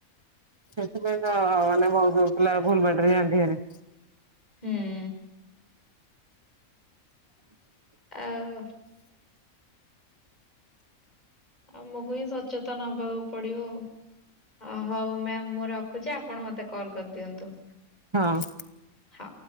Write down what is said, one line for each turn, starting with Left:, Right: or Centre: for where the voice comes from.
Right: ସେତେବେଳେ ତ ମାନେ ବୋହୁତ ବୋହୁତ ପିଲା ଭୁଲ ବାଟରେ ଯାଆନ୍ତି ଭାରି।
Left: ହୁଁ। ଆଉ। ଆମକୁ ହିଁ ସଚେତନ ହବାକୁ ପଡିବ ଆଉ। ହଉ, ହଉ ମ୍ୟାମ୍ ମୁଁ ରଖୁଛି, ଆପଣ ମତେ କଲ୍ କରିଦିଅନ୍ତୁ।
Right: ହଁ।
Left: ହା।